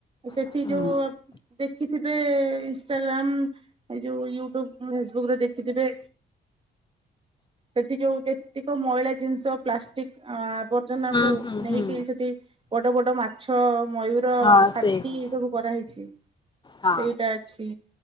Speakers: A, on the right; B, on the left.
A: ସେଠି
B: ହୁଁ।
A: ଯୋଉ ଆପ ଦେଖିଥିବେ ଇଷ୍ଟାଗ୍ରାମ ଏଇ ଯୋଉ ୟୁଟ୍ୟୁବ ଫେସବୁକ୍ ରେ ଦେଖିଥିବେ ସେଠି ଯୋଉ ଦେ ତିକ ମଇଳା ଜିନିଷ ପ୍ଲାଷ୍ଟିକ ଆବର୍ଜନାକୁ
B: ହୁଁ ହୁଁ
A: ନେଇକି
B: ହୁଁ
A: ସେଠି ବଡ ବଡ ମାଛ ମୟୁର
B: ହଁ
A: ହାତୀ
B: ସେଇଠି
A: ସବୁ କରାହେଇଛି।
B: ହଁ
A: ସେଇଟା ଅଛି।